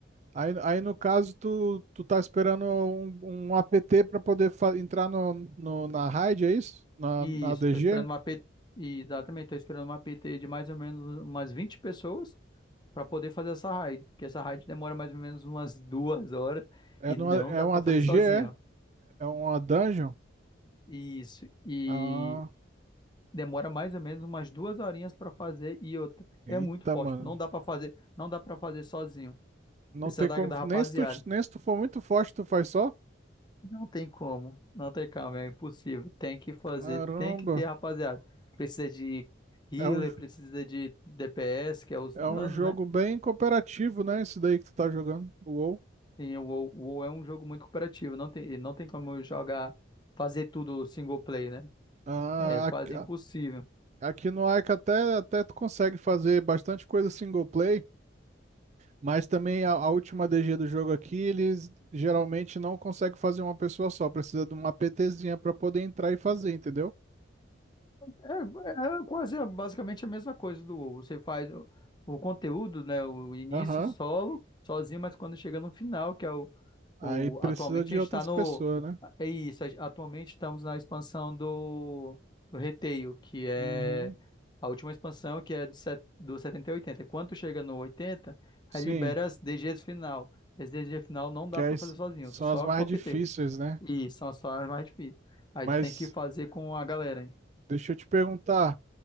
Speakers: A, on the right (about 35°); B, on the left (about 20°).
A: Aí, aí no caso, tu, tu tá esperando um, um APT para poder fa- entrar no, no- na raid, é isso? Na,
B: E
A: na
B: Isso,
A: DG?
B: tô esperando uma PT, exatamente, tô esperando uma PT de mais ou menos umas 20 pessoas para poder fazer essa raid, porque essa raid demora mais ou menos umas duas horas
A: É,
B: e
A: numa,
B: não
A: é
B: dá
A: uma
B: para fazer
A: DG,
B: sozinho.
A: é? É uma dungeon?
B: Isso. E
A: Ah,
B: demora mais ou menos umas duas horinhas para fazer e outra.
A: eita,
B: É muito forte.
A: mano.
B: pô. Não dá para fazer, não dá para fazer sozinho.
A: Não
B: Precisa
A: tem
B: da,
A: como.
B: da rapaziada.
A: Nem se tu, nem se tu for muito forte, tu faz só?
B: Não tem como. Não tem como, é impossível. Tem que fazer,
A: Caramba.
B: tem que ter rapaziada. Precisa de healer,
A: É um, jo-
B: precisa de DPS, que é os
A: é
B: danos,
A: um jogo
B: né?
A: bem cooperativo, né? Esse daí que tu tá jogando, o WoW.
B: E o WoW, o WoW é um jogo muito cooperativo. Não tem, não tem como jogar, fazer tudo single play, né?
A: Ah,
B: É quase
A: aqui,
B: impossível.
A: aqui no Ica até, até tu consegue fazer bastante coisa single play. Mas também a, a última DG do jogo aqui, eles geralmente não conseguem fazer uma pessoa só, precisa de uma PTzinha para poder entrar e fazer, entendeu?
B: É, é é quase a- basicamente a mesma coisa do WoW. Você faz o, o conteúdo, né? O início
A: Aham.
B: solo, sozinho, mas quando chega no final, que é o,
A: Aí
B: o
A: precisa
B: atualmente
A: de
B: a
A: outras
B: gente está no
A: pessoas, né?
B: é isso. a- Atualmente estamos na expansão do, do Retail, que é
A: Uhum.
B: a última expansão, que é do, set, do 70 e 80. Quando chega no 80, aí
A: Sim,
B: libera as DGs final. As DGs final não dá
A: que aí
B: para
A: s-
B: fazer sozinho,
A: são
B: só
A: as mais
B: com a
A: difíceis,
B: PT.
A: né?
B: E são as fases mais difíceis. Aí
A: Mas
B: tu tem que fazer com a galera, hein?
A: deixa eu te perguntar,